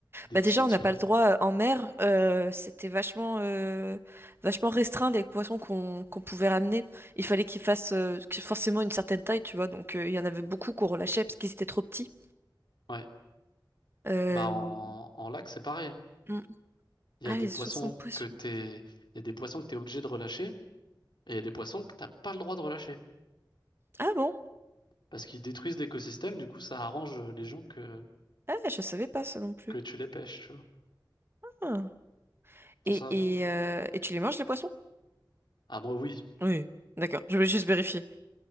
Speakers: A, on the left; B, on the right.
A: des
B: Bah
A: petits,
B: déjà, on
A: tu
B: n'a pas
A: vois.
B: le droit euh, en mer. euh, c'était vachement, euh, vachement restreint les poissons qu'on qu'on pouvait ramener. Il fallait qu'ils fassent euh, qu'ils- forcément une certaine taille, tu vois. Donc euh, il y en avait beaucoup qu'on relâchait parce qu'ils étaient trop petits.
A: Ouais.
B: Euh...
A: Bah en, en lac, c'est pareil. hein.
B: mm.
A: Il
B: Ah,
A: y a des
B: les
A: poissons
B: 60 poissons.
A: que t'es, il y a des poissons que t'es obligé de relâcher et il y a des poissons que t'as pas le droit de relâcher.
B: Ah bon?
A: Parce qu'ils détruisent l'écosystème, du coup, ça arrange euh, les gens que,
B: Ah, je savais pas ça non plus.
A: que tu les pêches, tu vois.
B: Ah.
A: Pour
B: Et,
A: ça, faut...
B: et, euh, et tu les manges les poissons?
A: Ah moi oui.
B: Oui. D'accord. Je voulais juste vérifier.